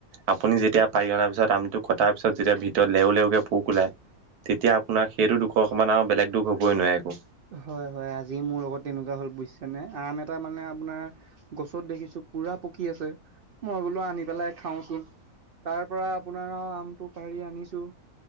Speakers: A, on the right (about 85°); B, on the right (about 70°).
A: আপুনি যেতিয়া পাৰি অনাৰ পিছত আমটো কটাৰ পিছত যেতিয়া ভিতৰত লেও লেওকে পোক ওলায় তেতিয়া আপোনাৰ সেইটো দুখৰ ওপৰত আৰু বেলেগ দুখ হ'বই নোৱাৰে একো।
B: হয় হয় আজি মোৰ লগত তেনেকুৱা হ'ল বুজিছেনে আম এটা মানে আপোনাৰ গছত দেখিছোঁ পুৰা পকি আছে, মই বোলো আনি পেলাই খাওচোন। তাৰপৰা আপোনাৰ আৰু আমটো পাৰি আনিছোঁ।